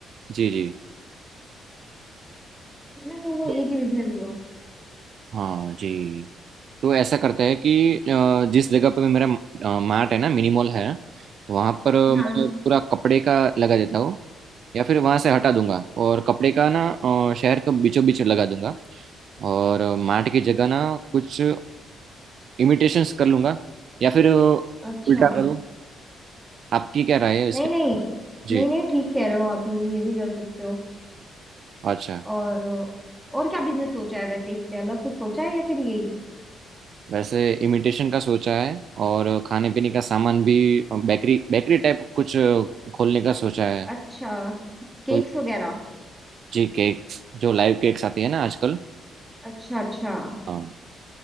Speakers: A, on the right; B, in the centre.
A: जी जी
B: है ना तो वो एक
A: तो-
B: ही बिजनेस हुआ
A: हाँ जी तो ऐसा करता है कि अ, जिस जगह पर मेरा मार्ट है ना मिनिमॉल है वहाँ पर
B: हाँ
A: मैं पूरा कपड़े का लगा देता हूँ या फिर वहाँ से हटा दूंगा और कपड़े का ना अ, शहर के बीचों बीच लगा दूंगा और मार्ट की जगह ना कुछ इमिटेशंस कर लूंगा या फिर अ,
B: अच्छा
A: उल्टा करूँ आपकी क्या राय है इसके
B: नहीं नहीं
A: जी
B: नहीं नहीं ठीक कह रहे हो आप ये ये भी कर सकते हो
A: अच्छा
B: और और क्या बिजनेस सोचा है वैसे इससे अलग कुछ सोचा है या फिर यही
A: वैसे इमिटेशन का सोचा है और खाने पीने का सामान भी बेकरी बेकरी टाइप कुछ खोलने का सोचा है
B: अच्छा
A: तो
B: केक्स वगैरह
A: जी केक्स जो लाइव केक्स आती है ना आजकल
B: अच्छा अच्छा
A: हाँ